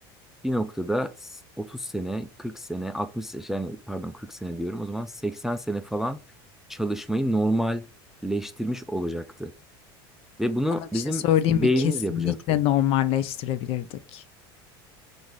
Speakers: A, in the centre; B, on the left (about 50°).
A: bir noktada s- 30 sene, 40 sene, 60 sene yani pardon 40 sene diyorum. O zaman 80 sene falan çalışmayı normalleştirmiş olacaktı. Ve bunu
B: Sana bir
A: bizim
B: şey söyleyeyim
A: beynimiz
B: mi? Kesinlikle
A: yapacaktı.
B: normalleştirebilirdik.